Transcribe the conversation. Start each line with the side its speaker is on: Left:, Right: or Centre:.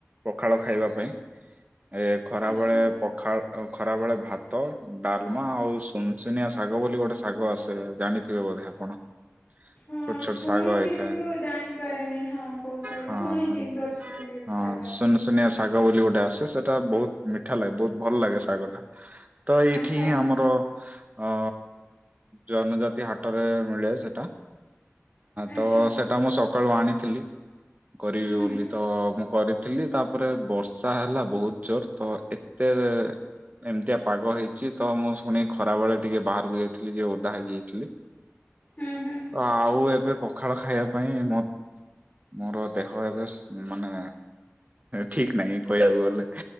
Right: ପଖାଳ ଖାଇବା ପାଇଁ। ଏ ଖରାବେେଳେ
Left: ଆଚ୍ଛା।
Right: ପଖାଳ ଖରାବେଳେ ଭାତ ତ ଡାଲମା ଆଉ ସୁନସୁନିଆ ଶାଗ ବୋଲି ଗୋଟେ ଶାଗ ଆସେ ଜାଣିଥିବେ ବୋଧେ ଆପଣ?
Left: ହଁ
Right: ଛୋଟ ଛୋଟ
Left: ଶୁଣିଛି
Right: ଶାଗ ହେଇଥାଏ
Left: କିନ୍ତୁ ଜାଣିପାରେନି ହଁ କୋଉ ସାଗଟା
Right: ହଁ
Left: ଶୁଣିଛି କିନ୍ତୁ ଅଛି ସେମିତି। କିଛି
Right: ହଁ
Left: ଶାଗ।
Right: ସୁନସୁୁନିଆ ଶାଗ ବୋଲି ଗୋଟେ ଆସେ ସେଟା ବହୁତ ମିଠା ଲାଗେ ବହୁତ ଭଲ ଲାଗେ ଶାଗଟା। ତ ଏଇଠି
Left: ଆଚ୍ଛା
Right: ହିଁ ଆମର ଅ ଜନଜାତି ହାଟ <inaudible> ମିଳେ ସେଟା
Left: ଆଚ୍ଛା
Right: ତ ସେଟା ମୁଁ ସକାଳୁ ଆଣିଥିଲି। କରିବି
Left: ହୁଁ
Right: ବୋଲି
Left: ହୁଁ
Right: ତ ମୁଁ କରିଥିଲି <inaudible> ତାପରେ ବର୍ଷା ହେଲା ବହୁତ ଜୋର ତ ଏତେ ଏମିତିଆ ପାଗ ହେଇଛି ତ ମୁଁ ଶୁଣି ଖରା ବେଳେ ଟିକେ ବାହାରକୁ ଯାଇଥିଲି ଯେ ଓଦା ହେଇଯାଇଥିଲି। ତ
Left: ହୁଁ ହୁଁ।
Right: ଆଉ ଏବେ ପଖାଳ ଖାଇବା ପାଇଁ ମ <inaudible> ମୋର ଦେହ ଏବେ ମାନେ ଠିକ ନାହିଁ କହିବାକୁ ଗଲେ।